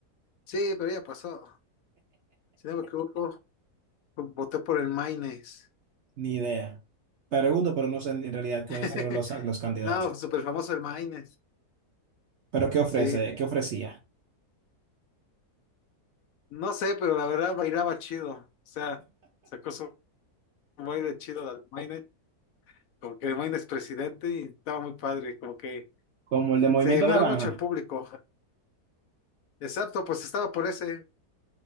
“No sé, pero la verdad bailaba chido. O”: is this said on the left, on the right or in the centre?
Left